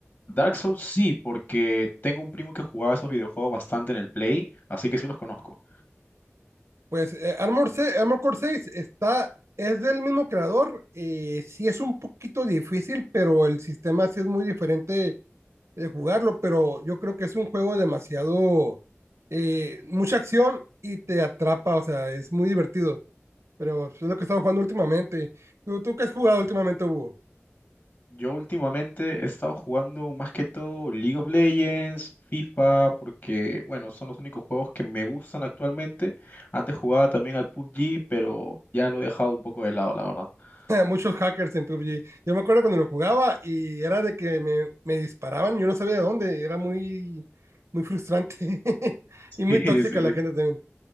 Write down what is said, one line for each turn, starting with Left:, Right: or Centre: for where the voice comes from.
Left: Dark Souls sí, porque tengo un primo que jugaba esos videojuegos bastante en el Play, así que sí los conozco.
Right: Pues eh, Armored, se- Armored Core seis está, es del mismo creador. eh, sí es un poquito difícil, pero el sistema sí es muy diferente de jugarlo, pero yo creo que es un juego demasiado, eh, mucha acción y te atrapa, o sea, es muy divertido, pero es lo que he estado jugando últimamente. ¿Tú, tú qué has jugado últimamente, Hugo?
Left: Yo últimamente he estado jugando más que todo League of Legends, FIFA, porque bueno, son los únicos juegos que me gustan actualmente. Antes jugaba también al PUBG, pero ya lo he dejado un poco de lado, la verdad. <laughs>
Right: <laughs> Muchos hackers en PUBG. Yo me acuerdo cuando lo jugaba y era de que me, me disparaban, yo no sabía de dónde, era muy, muy frustrante <laughs> y muy
Left: Sí,
Right: tóxica
Left: sí.
Right: la gente también.